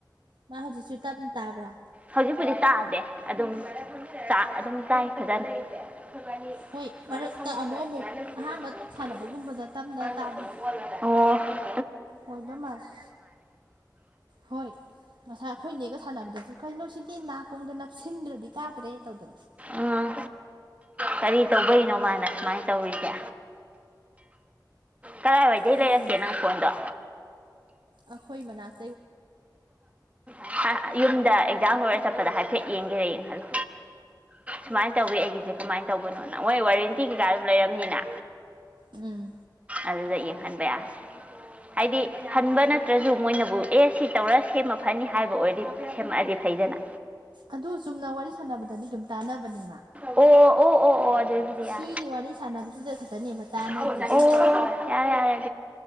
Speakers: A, on the right; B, on the right.
A: ꯃꯥ ꯍꯧꯖꯤꯛꯁꯨ ꯇꯞꯅ ꯇꯥꯕ꯭ꯔꯥ
B: ꯍꯧꯖꯤ ꯑꯩꯈꯗꯤ ꯇꯥꯑꯗꯦ ꯑꯗꯨꯝ ꯑꯗꯨꯝ ꯇꯥꯏ ꯐꯖꯅ ꯁꯕꯥꯅꯤ
A: ꯍꯣꯏ
B: ꯃ
A: ꯃꯔꯛꯇ
B: ꯐꯂꯒꯁꯤꯅ
A: ꯑꯃꯨꯛ ꯑꯃꯨꯛ
B: ꯂ
A: ꯑꯍꯥꯟꯕ ꯁꯥꯟꯅꯕꯒꯨꯝꯕꯗ ꯇꯞꯅ ꯇꯥꯕꯤ
B: ꯊ ꯑꯣ ꯑꯣ
A: ꯑꯣꯏꯕ ꯃꯥꯜꯂꯦ ꯍꯣꯏ ꯉꯁꯥꯏ ꯑꯩꯈꯣꯏ ꯅꯒ ꯁꯥꯟꯅꯕꯗꯁꯨ ꯀꯩꯅꯣ ꯁꯤꯗꯤ ꯅꯥꯀꯨꯝꯕꯗ ꯅꯞꯁꯤꯟꯗ꯭ꯔꯗꯤ ꯇꯥꯗ꯭ꯔꯦ ꯇꯧꯗꯅ
B: ꯑꯥ ꯀꯔꯤ ꯇꯧꯕꯒꯤꯅꯣ ꯃꯥꯅ ꯁꯨꯃꯥꯏꯅ ꯇꯧꯔꯤꯁꯦ ꯀꯔꯥꯏꯋꯥꯏꯗ
A: ꯑꯗꯨꯅꯤ
B: ꯂꯩꯔꯛꯀꯦ ꯅꯪ ꯐꯣꯟꯗꯣ
A: ꯑꯩꯈꯣꯏ ꯃꯅꯥꯛ
B: ꯑ ꯌꯨꯝꯗ ꯑꯦꯛꯖꯥꯝ ꯍꯧꯔꯒ ꯆꯠꯄꯗ ꯍꯥꯏꯐꯦꯠ ꯌꯦꯡꯒꯦꯔꯌꯦꯡ ꯈꯜꯂ ꯁꯨꯃꯥꯏꯅ ꯇꯧꯏ ꯑꯩꯒꯤꯁꯦ ꯀꯃꯥꯏꯅ ꯇꯧꯕꯅꯣꯅ ꯍꯣꯏ ꯋꯥꯔꯦꯟꯇꯤ ꯀꯩꯀꯥ ꯑꯗꯨꯝ ꯂꯩꯔꯝꯅꯤꯅ
A: ꯎꯝ
B: ꯑꯗꯨꯗ ꯇ ꯍꯟꯕ ꯌꯥꯅꯤ ꯍꯥꯏꯗꯤ ꯍꯟꯕ ꯅꯠꯇ꯭ꯔꯁꯨ ꯃꯣꯏꯅꯕꯨ ꯑꯦ ꯁꯤ ꯇꯧꯔ ꯁꯦꯝꯃ ꯐꯅꯤ ꯍꯥꯏꯕ ꯑꯣꯏ ꯁꯦꯝꯃꯛꯑꯗꯤ ꯐꯩꯗꯅ
A: ꯑꯗꯨ ꯆꯨꯝꯅ ꯋꯥꯔꯤ ꯁꯥꯟꯅꯕꯗꯗꯤ ꯑꯗꯨꯝ ꯇꯥꯟꯅꯕꯅꯦꯃ
B: ꯑꯣ ꯑꯣ ꯑꯣ ꯑꯣ ꯑꯖꯗꯤ ꯌꯥ
A: ꯁꯤꯒꯤ ꯋꯥꯔꯤ ꯁꯥꯟꯅꯕꯁꯤꯗ ꯈꯛꯇꯅꯦꯕ ꯇꯥꯟꯅꯗ꯭ꯔꯤꯁꯦ
B: ꯑꯣ ꯀ ꯌꯥꯔ